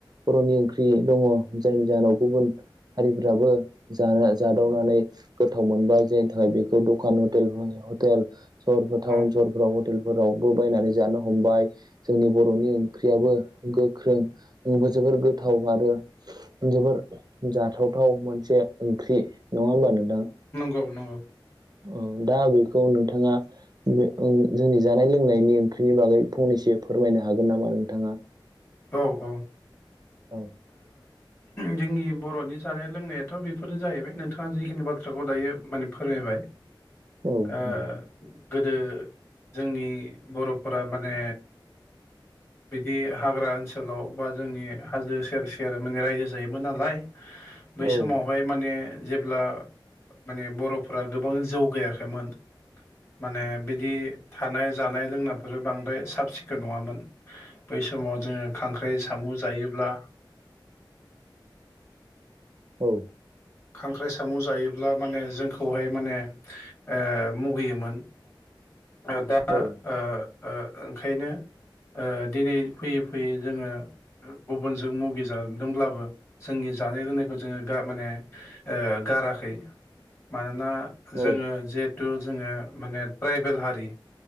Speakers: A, on the right (about 50°); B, on the left (about 30°).
A: बर'नि ओंख्रि दङ जायनि जाहोनाव गुबुन हारिफ्राबो जाना जादावनानै गोथाव मोन बाय जायनि थाखाय बेखौ दखान हटेल <unintelligible> हटेल सहरफोर टाउन
B: औ
A: सहरफोराव हटेलफोरावबो बायनानै जानो हमबाय जोंनि बर'नि ओंख्रियाबो गोख्रों जोबोर गोथाव आरो जोबोर जाथावथाव मोनसे ओंख्रि नङा होमबा नों
B: नंगौ नंगौ।
A: अ दा बेखौ नोंथाङा बे ओं जोंनि जानाय लोंनायनि ओंख्रिनि बागै फंनैसो फोरमायनो हागोन नामा नोंथाङा!
B: औ औ ओ
A: औ
B: जोंनि बर'नि जानाय लोंनायाथ' बेफोरनो जाहैबाय नोंथाङा जिखिनि बाथ्राखौ दायो माने फोरमायबाय।
A: औ
B: आ गोदो जोंनि बर'फोरा माने बिदि हाग्रा ओनसोलाव बा जोंनि हाजो सेर सेर माने रायजो जायोमोन नालाय बै
A: औ
B: समावहाय माने जेब्ला माने बर'फोरा गोबां जौगायाखैमोन माने बिदि थानाय जानाय लोंनायफोरा बांद्राय साब सिखोन नङामोन बैसा समाव जोङो खांख्राइ साम' जायोब्ला
A: औ।
B: खांख्राइ साम' जायोब्ला माने जोंखौहाय माने ओ मुगैयोमोन। ओ दा
A: औ
B: ओ ओ ओंखायनो ओ दिनै फैयै फैयै जोङो गुबुनजों मुगैजादोंब्लाबो जोंनि जानाय लोंनायखौ जोङो गार माने ओ गाराखै। मानोना जोङो
A: औ
B: जिहेथु जोङो माने ट्राइबेल हारि